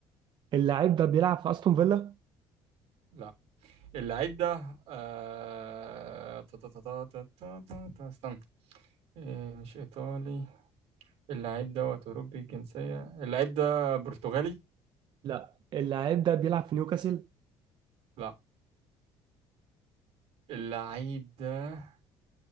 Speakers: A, on the right (about 45°); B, on the right (about 70°).
A: اللاعب ده بيلعب في أستون فيلا
B: لا اللعيب ده آه، تا- تا- تا- تا- تا- تا- تا- تا- استنى إيه مش ايطالي اللعيب دوت اوروبي الجنسيه اللعيب ده برتغالي
A: لا اللاعب ده بيلعب في نيوكاسل
B: لا اللعيب ده